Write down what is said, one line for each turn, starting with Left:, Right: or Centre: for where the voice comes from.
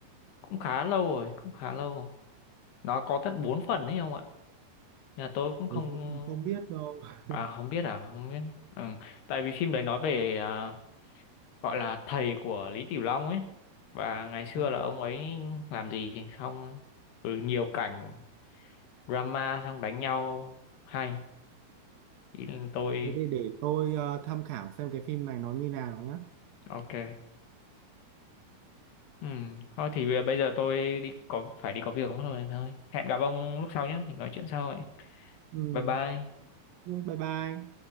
Left: cũng khá lâu rồi cũng khá lâu rồi. nó có tận 4 phần ấy không ạ nhà tôi cũng không
Right: Ôi, thế thì không biết đâu. <laughs>
Left: à không biết à không biết ừ. tại vì phim đấy nói về à, gọi là thầy của Lý Tiểu Long ấy và ngày xưa
Right: À,
Left: là ông ấy làm gì thì xong ừ, nhiều cảnh drama xong đánh nhau hay Ý là tôi
Right: Thế thì để tôi ờ, tham khảo xem cái phim này nó như nào nhá.
Left: ok ừ. thôi thì bây bây giờ tôi đi có phải đi có việc mất rồi thôi hẹn gặp ông lúc sau nhé mình nói chuyện sau vậy
Right: Ừ.
Left: bye bye
Right: Bye bye.